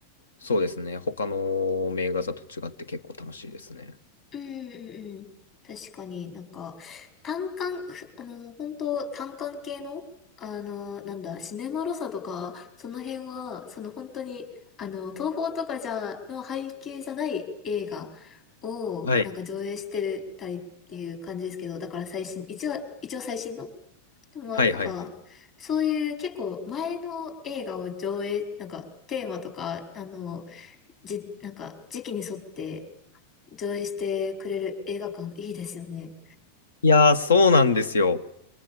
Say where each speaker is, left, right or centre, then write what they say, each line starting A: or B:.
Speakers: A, on the left; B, on the left.
A: そうですね、他の名画座と違って結構楽しいですね。
B: うんうんうん。確かになんか、単館、ふあの、本当単館系の、あの、なんだ、シネマロサとか、その辺は、その本当に、あの、東宝とかじゃ、の背景じゃない映画を、
A: はい。
B: なんか上映してたりっていう感じですけど、だから最新、一応、一応最新のでも、
A: はいはいはい。
B: なんか、そういう結構前の映画を上映、なんかテーマとか、あの、じ、なんか時期に沿って上映してくれる映画館いいですよね。
A: いやー、そうなんですよ。